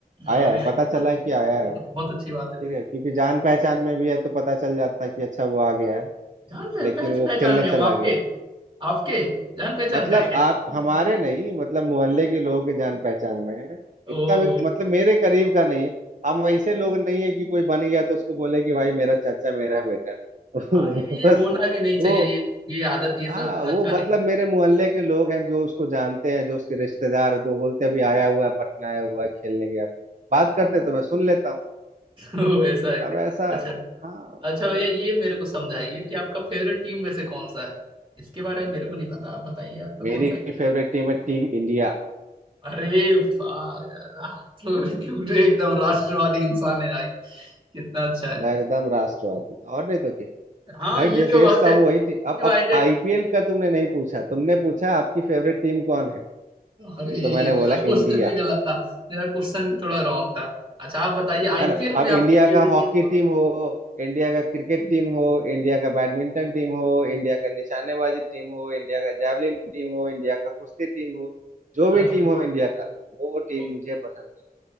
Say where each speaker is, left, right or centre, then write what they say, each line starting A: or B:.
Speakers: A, on the right; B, on the right.
A: आया
B: अरे
A: है
B: ये
A: पता चला
B: तो, ये
A: है कि आया है
B: तो
A: वो
B: बहुत अच्छी बात
A: ठीक
B: है फिर
A: है क्योंकि जान पहचान में भी है तो पता चल जाता है कि अच्छा वो आ गया है
B: जान पह,
A: लेकिन
B: पह,
A: वो
B: पहचान
A: खेलने
B: में हो
A: चला
B: आपके
A: गया
B: आपके जान पहचान
A: मतलब
B: का है क्या
A: आप हमारे नहीं मतलब मोहल्ले के लोगों के जान पहचान में है इतना
B: ओहो
A: भी मतलब मेरे करीब का नहीं है हम वैसे लोग नहीं है कि कोई बन गया तो उसको बोले कि भाई मेरा चाचा मेरा बेटा <laughs>
B: हाँ ये ये
A: बस
B: होना भी नहीं
A: वो
B: चाहिए ये ये आदत ये
A: हाँ
B: सब
A: वो
B: अच्छा नहीं
A: मतलब मेरे मोहल्ले के लोग हैं जो उसको जानते हैं जो उसके रिश्तेदार हैं तो बोलते हैं, अभी आया हुआ है पटना आया हुआ है खेलने गया बात
B: <laughs>
A: करते तो मैं सुन लेता हूँ
B: तो ऐसा है क्या
A: अब ऐसा
B: अच्छा
A: हाँ
B: अच्छा भैया ये मेरे को समझाइए कि आपका फेवरेट टीम में से कौन सा है इसके बारे में मेरे को नहीं पता आप बताइए आपका
A: मेरी
B: कौन सा
A: फेवरेट टीम है टीम इंडिया
B: अरे वाह यार आप तो पूरे एकदम राष्ट्रवादी इंसान है भाई कितना अच्छा है
A: मैं एकदम राष्ट्रवादी और नहीं तो क्या
B: हाँ
A: भाई
B: ये
A: जिस
B: तो
A: देश
B: बात
A: का
B: है
A: हूँ वही टीम
B: डिवाइडेड
A: अब अब आईपीएल का तुमने नहीं पूछा तुमने पूछा आपकी फेवरेट टीम कौन है
B: अरे
A: तो मैंने बोला
B: मेरा क्वेश्चन
A: इंडिया
B: भी गलत था मेरा क्वेश्चन भी थोड़ा रॉन्ग था अच्छा आप बताइए आईपीएल
A: है ना अब
B: में
A: इंडिया
B: आपकी फेवरेट
A: का हॉकी
B: टीम कौन
A: टीम
B: सा
A: हो इंडिया का क्रिकेट टीम हो इंडिया का बैडमिंटन टीम हो इंडिया का निशानेबाजी टीम हो इंडिया का जैवलिन टीम हो इंडिया का कुश्ती टीम हो जो
B: है
A: भी
B: हाँ,
A: टीम हो इंडिया का वो टीम
B: तो
A: मुझे पसंद